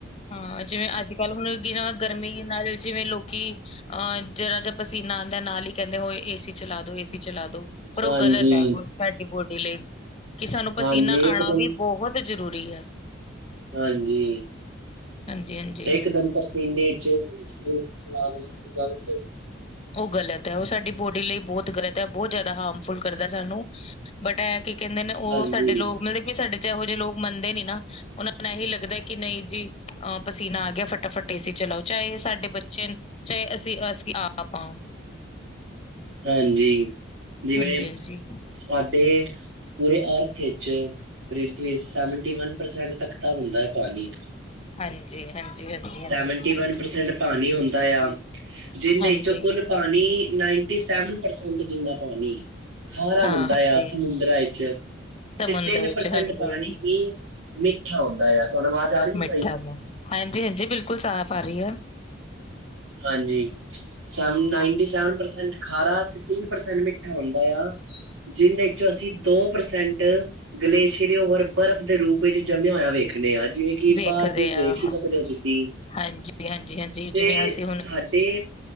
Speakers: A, on the left; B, on the right.
A: ਹਾਂ ਜਿਵੇਂ ਅੱਜ-ਕੱਲ ਹੁਣ ਕੀ ਨਾ ਗਰਮੀ ਨਾਲ ਜਿਵੇਂ ਲੋਕ ਲੋਕੀ ਐ ਜ਼ਰਾ ਜਾ ਪਸੀਨਾ ਆਂਦਾ ਨਾਲ ਈ ਕਹਿੰਦੇ ਓਏ ਏ-ਸੀ ਚਲਾ ਦੋ ਏ-ਸੀ ਚਲਾ ਦੋ। ਪਰ ਓ
B: ਹਾਂਜੀ,
A: ਗਲਤ ਐ ਸਾਡੀ ਬੋਡੀ ਲਈ, ਕਿ ਸਾਨੂੰ ਪਸੀਨਾ
B: ਹਾਂਜੀ ਇਕਦਮ
A: ਆਣਾ ਵੀ ਬੋਹਤ ਜ਼ਰੂਰੀ ਐ।
B: ਹਾਂਜੀ।
A: ਹਾਂਜੀ ਹਾਂਜੀ
B: ਇਕਦਮ ਪਸੀਨੇ ਚ ਏ-ਸੀ ਚਲਾ ਦੇਣਾ ਗ਼ਲਤ ਐ।
A: ਓ ਗਲਤ ਐ ਓ ਸਾਡੀ ਬੋਡੀ ਲਈ ਬਹੁਤ ਗਲਤ ਐ ਬਹੁਤ ਜ਼ਿਆਦਾ ਹਾਮ ਫੁੱਲ ਕਰਦਾ ਸਾਨੂੰ, ਬਟ ਐ ਕੀ ਕਹਿੰਦੇ ਨੇ ਓ
B: ਹਾਂਜੀ,
A: ਸਾਡੇ ਲੋਕ ਮਤਲਬ ਕਿ ਸਾਡੇ ਚ ਐਹੋ ਜੇ ਲੋਕ ਮੰਨਦੇ ਨੀ ਨਾ। ਉਹਨਾਂ ਨੂੰ ਐਹੀ ਲੱਗਦਾ ਕਿ ਨਹੀਂ ਜੀ ਅ ਪਸੀਨਾ ਆ ਗਿਆ ਫਟਾਫਟ ਏ-ਸੀ ਚਲਾਓ ਚਾਹੇ ਸਾਡੇ ਬੱਚੇ ਚਾਹੇ ਅਸੀਂ ਬਸ ਕਿ ਆਪ ਆ।
B: ਹਾਂਜੀ, ਜਿਵੇਂ
A: ਹਾਂਜੀ, ਹਾਂਜੀ,
B: ਸਾਡੇ ਪੂਰੇ ਅਰਥ ਵਿੱਚ ਪ੍ਰਿਥਵੀ ਸੈਵਟੀ ਵਨ ਪਰਸੈਂਟ ਤੱਕ ਤਾਂ ਹੁੰਦਾ ਐ ਪਾਣੀ।
A: ਹਾਂਜੀ ਹਾਂਜੀ ਹਾਂਜੀ ਹਾਂਜੀ।
B: ਸੈਵਨਟੀ ਵਨ ਪਰਸੈਂਟ ਪਾਣੀ ਹੁੰਦਾ ਆ, ਜਿਹਦੇ
A: ਹਾਂਜੀ,
B: ਵਿੱਚੋਂ ਕੁੱਲ ਪਾਣੀ ਨਾਈਨਟੀ ਸੈਵਨ ਪਰਸੈਂਟ ਜਿੰਨਾ ਪਾਣੀ ਖਾਰਾ
A: ਹਾਂ
B: ਹੁੰਦਾ
A: ਹਾਂਜੀ,
B: ਆ ਸਮੁੰਦਰਾਂ ਵਿਚ।
A: ਸਮੁੰਦਰ
B: ਤੇ ਤਿੰਨ
A: ਵਿੱਚ
B: ਪਰਸੈਂਟ
A: ਹਾਂਜੀ।
B: ਪਾਣੀ ਹੀ ਮਿੱਠਾ ਹੁੰਦਾ ਐ, ਤੁਹਾਨੂੰ ਆਵਾਜ਼ ਆ ਰਈ ਐ
A: ਮਿੱਠਾ
B: ਸਈ।
A: ਮੂੰਹ, ਹਾਂਜੀ ਹਾਂਜੀ ਬਿਲਕੁਲ ਸਾਫ਼ ਆ ਰਹੀ ਆ।
B: ਹਾਂਜੀ। ਸੈਵਨ ਨਾਇਟੀ ਸੈਵਨ ਪਰਸੈਂਟ ਖਾਰਾ ਤੇ ਤਿੰਨ ਪਰਸੈਂਟ ਮਿੱਠਾ ਹੁੰਦਾ ਆ। ਜਿਹਦੇ ਚੋਂ ਅਸੀਂ ਦੋ ਪ੍ਰਸੈਂਟ ਗਲੇਸ਼ੀਅਰ ਤੇ ਹੋਰ ਬਰਫ਼ ਦੇ ਰੂਪ ਵਿੱਚ ਜੰਮਿਆ ਹੋਇਆ ਵੇਖਣੇ ਆ। ਜਿਵੇਂ ਕਿ
A: ਵੇਖਦੇ
B: ਬਾਹਰ ਬੂਰ
A: ਹਾਂ,
B: ਵੇਖ ਹੀ ਸਕਦੇ ਹੋ ਤੁਸੀਂ,
A: ਹਾਂਜੀ, ਹਾਂਜੀ, ਹਾਂਜੀ
B: ਤੇ
A: ਜਿਵੇਂ ਅਸੀਂ ਹੁਣ
B: ਸਾਡੇ